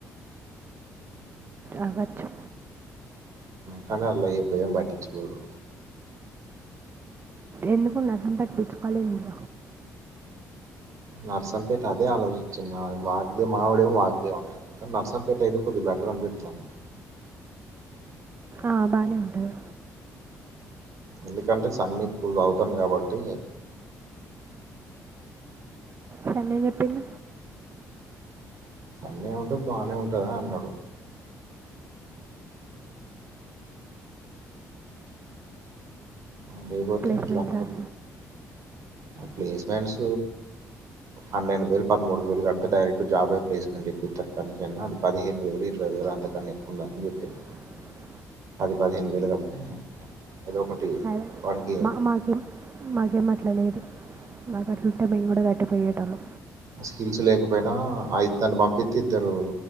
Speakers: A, on the right; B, on the right.
A: అవచ్చు
B: కనర్లో ఇప్పు ఎం పట్టిచుకోరు
A: ఎందుకో నర్సం పట్టిపిచుకలేమ్ర
B: నర్సంపేట అదే ఆలోచించింది వాగ్దే మా వాడేమో వాగ్దేవ్ అంటునడు నర్సంపేట అయితే కొద్ద <unintelligible>
A: ఆ బానే ఉంటది
B: ఎందుకంటే సన్నీ ఇప్పుడు చదువుతాండూ కాబట్టి
A: చెన్నప్పిన్
B: సందే ఉంటుది బాగానే ఉంటదాని అన్నాడు లేేపోతే
A: ప్లేస్మెంట్
B: కు
A: సార్
B: ప్లేస్మెంట్స్ అన్నెైన్ వేలు పదమూడు వేలు కతే డైరెక్ట్ జాబ్ ప్లేస్మెంట్ రేపు ఊతప్ పనికెల్న అది పదిహేను వేలు ఇరవై వేలు అంతకన్నా ఎక్కువ ఉండదని చేపిర్రు
A: అ
B: పది పదిహేను వేలు కడితే ఏదో ఒకటి
A: సరే
B: వానికి
A: మా మాకేం మాకేం అట్లాలేదు మాకు అట్లా ఉంటే మేము కూడా కట్టకపోయేటోల్ల
B: స్కిల్స్ లేకపోయినా ఆయి దాన్ని పంపిస్త ఇద్దరు